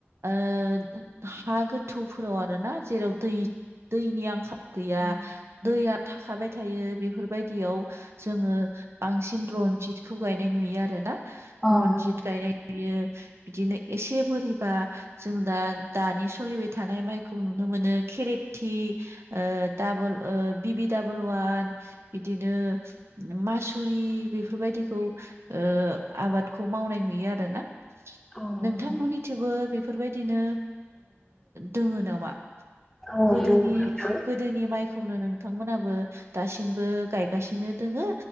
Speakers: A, on the right; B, in the centre.
A: ओ हा गोथौफोराव आरो ना जेराव दै दैनि आंखाल गैया दैया थाखाबाय थायो बेफोरबायदि थियाव जोङो बांसिन रनजितखौ गायनाय नुयो आरो ना
B: औ नंगौ औ
A: रन्जित
B: नंगौ
A: गायनाय बियो बिदिनो एसे बोरिबा जों दा दानि सोलिबाय थानाय माइखौ नुनो। मोनो खेरेथि ओ दाबल बिबिदाबल वान बिदिनो मासुरि बेफोरबायदिखौ ओ आबादखौ मावनाय नुयो आरोना
B: औ
A: नोंथांमोननिथिंबो बे बेफोरबायदिनो दोङो नामा।
B: नंगौ
A: गोदोनि
B: नोंथां
A: गोदोनि माइखौनो नोंथांमोनाबो दासिमबो गायगासिनो दोङो